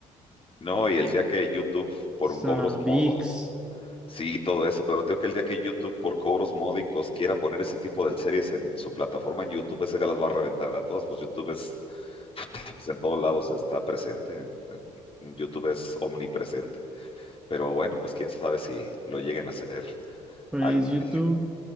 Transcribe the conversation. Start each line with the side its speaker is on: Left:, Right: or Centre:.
Left: No, y el día que YouTube por
Centre: está
Left: un cobros
Centre: ViX.
Left: mo- sí, todo eso, pero creo que el día que YouTube por cobros módicos quiera poner ese tipo de series en su plataforma en YouTube, ese día las va a reventar a todas. Pues YouTube es, <laughs> pues, en todos lados está presente. YouTube es omnipresente. Pero bueno, pues quién sabe si lo lleguen a hacer
Centre: Pues
Left: algún
Centre: YouTube
Left: día.